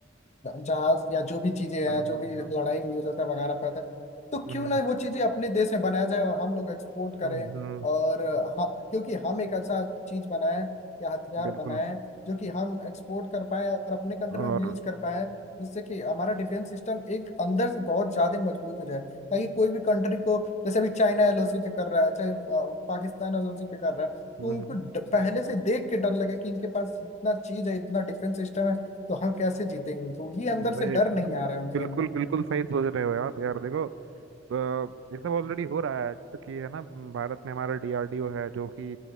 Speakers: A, on the left; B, on the right.
A: जहाज या जो भी चीजें हैं
B: हाँ हाँ
A: जो भी
B: हाँ
A: लड़ाई में यूज होता है मंगाना पड़ता है तो
B: हम्म
A: क्यों ना वो चीजें अपने देश में बनाया जाए और हम लोग एक्सपोर्ट करें
B: हम्म, हम्म।
A: और ह- क्योंकि हम एक ऐसा चीज बनाएं या हथियार
B: बिल्कुल
A: बनाएं जो कि हम एक्सपोर्ट कर पाए और अपने कंट्री
B: और
A: में भी यूज कर पाए जिससे कि हमारा डिफेंस सिस्टम एक अंदर से बहुत ज्यादा मजबूत हो जाए ताकि कोई भी कंट्री को जैसे अभी चाइना एलओसी पे कर रहा है चाहे अ, पाकिस्तान एलओसी पे कर रहा है
B: हम्म,
A: तो उनको ड- पहले से देख के डर लगे कि इनके पास इतना चीज है इतना डिफेंस सिस्टम है तो हम कैसे जीतेंगे उनको ये अंदर
B: अरे
A: से डर नहीं आ रहा है उनके
B: बिल्कुल
A: अंदर
B: बिल्कुल हम्म। सही सोच रहे हो आप यार देखो तो ये सब ऑलरेडी हो रहा है जैसे कि है ना भारत में हमारा डीआरडीओ है जो कि